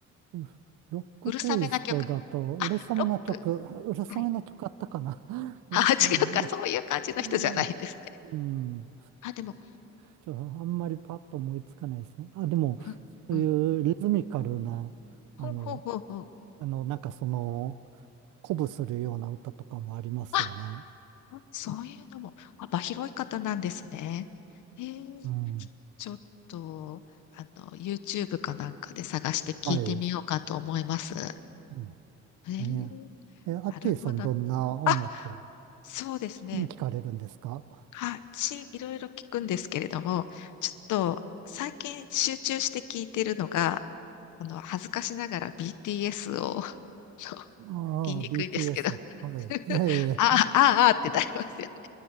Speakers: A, on the right; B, on the left.
A: うロックテイストだと、
B: うるさめな曲。あ、
A: うるさめな曲、
B: ロック。
A: うるさめな曲あったかな
B: はい。
A: <laughs> うるさめ、
B: あ、<laughs> 違うか、
A: ロ
B: そういう感じの人じゃないですね。
A: うん。うん
B: あ、でも、
A: ちょ、あんまりパッと思いつかないですね。あ、でも、
B: うん、
A: そういうリズミカルな、
B: うん。ほんほんほんほう
A: あの、あの、なんかその、鼓舞するような歌とかもありますよね。
B: あ、そういうのも、幅広い方なんですね。へえ
A: うん。
B: ちょっと、あの、YouTube かなんかで探して聞いてみようかと思います。
A: はい。うん。
B: えー、
A: いや。え、アッキーさんどんな音楽
B: なるほど。あ、そうですね。
A: 聞かれるんですか
B: はい、し、いろいろ聞くんですけれども、ちょっと最近集中して聞いてるのが、あの、恥ずかしながら BTS を、<laughs> あの
A: ああ、
B: 言いにくいんですけど、
A: BTS。はい。いやいやい
B: <laughs> ああ、ああ、あーってなりますよね。